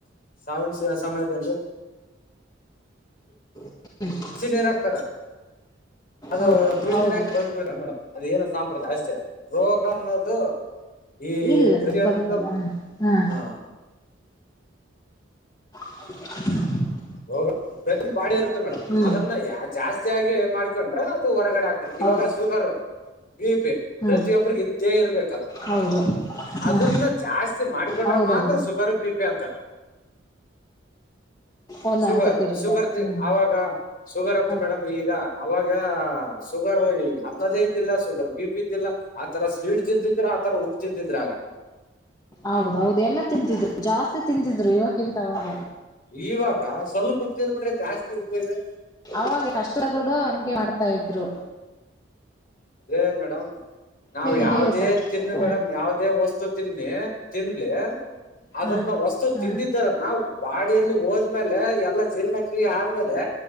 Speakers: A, on the left (about 50°); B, on the left (about 20°).
A: ಸಾವಿನ ಸಮಯದಲ್ಲಿ
B: <unintelligible>
A: ತುಳಸಿ ನೀರು ಹಾಕ್ತಾರೆ ಅದು
B: ಹೌದು
A: ತುಳಸಿ
B: ಹೌದು
A: ನೀರು ಹಾಕಿ <unintelligible> ಬದು ಬಿಡ ಮೇಡಮ್ ಅದು ಏನು ಸಾಂಪ್ರದಾಯ ಅಷ್ಟೇ ರೋಗ ಅನ್ನೋದು, ಈ
B: ಇಲ್ಲ
A: ಪ್ರತಿಯೊಂದು
B: ಸರ್ ಬದುಕಲ್ಲ ಹ ಹಾ
A: ಹ
B: <inaudible>
A: ರೋಗ <unintelligible> ಬಾಡಿ ಇರುತ್ತೆ ಮೇಡಮ್
B: ಹ್ಮ್
A: ಅದ್ರನ್ನ ಜಾಸ್ತಿಯಾಗಿ ಮಾಡ್ಕೊಂಡ್ರ ಅದು ಹೊರಗಡೆ ಆಗ್ತತಿ
B: ಹೌದು
A: ಇವಾಗ ಶುಗರ್ ಬಿಪೆ
B: ಹ್ಮ್
A: ಪ್ರತಿಯೊಬ್ಬ್ರಿಗೆ ಇದ್ದೇ ಇರ್ಬೇಕ ಅದ್
B: ಹೌದು
A: ಅದ್ರನ್ನ
B: ಹಾ
A: ಜಾಸ್ತಿ ಮಾಡ್ಕೊಂಡ್ರ
B: ಹೌದೌದು
A: ಮಾತ್ರ
B: ಸರ್
A: ಶುಗರ್ ಬಿ ಪಿ ಅಂತಾರ.
B: ಒಂದ್
A: ಶುಗರ್
B: ಹಂತಕ್ಕ ಇರುತ್ತೆ
A: ಶುಗರ್
B: ಹ್ಮ್
A: ಆವಾಗ. ಶುಗರ್ ಅಂತ
B: ಹೌದು
A: ಮೇಡಮ್ ಈಗ ಅವಾಗ ಶುಗರ್ ಅನ್ನದೇ ಇದ್ದಿಲ್ಲ ಶುಗರ್ ಬಿ ಪಿ. <unintelligible> ಆತರಾ ಸ್ಪೀಡ್ ತಿಂತಿದ್ರೆ ಆ ತರಾ ಉಪ್ಪು ತಿಂತಿದ್ರಾ ಆಗ.
B: ಹೌದೌದು ಎಲ್ಲ ತಿಂತಿದ್ರು ಜಾಸ್ತಿ ತಿಂತಿದ್ರು ಇವಕ್ಕಿಂತ ಅವಾಗೆ.
A: ಇವಾಗ ಸ್ವಲ್ಪ ಉಪ್ಪು ತಿಂದ್ ಬಿಟ್ರೆ ಜಾಸ್ತಿ ಉಪ್ಪು ಇದೆ.
B: ಅವಾಗ ಕಷ್ಟ ಕೂಡ ಹಂಗೆ ಆಡ್ತಾ ಇದ್ರು.
A: ಅದೇ ಮೇಡಮ್ ನಾವ್
B: ಹೇಳಿ
A: ಯಾವದೇ
B: ಹೇಳಿ ಸರ್
A: ತಿನ್ನು
B: ಹ
A: ಮೇಡಮ್ ಯಾವದೇ ವಸ್ತು ತಿನ್ನಿ ತಿನ್ಲ. ಅದ್ರನ್ನ
B: ಹಾ
A: ವಸ್ತು
B: ಹಾ
A: ತಿಂದಿದ್ದಾರನ ಬಾಡಿಯಲ್ಲಿ ಹೋದ್ಮೇಲೆ ಎಲ್ಲಾ ಜೀರ್ಣಕ್ರಿಯೆ ಆದ್ಮೇಲೆ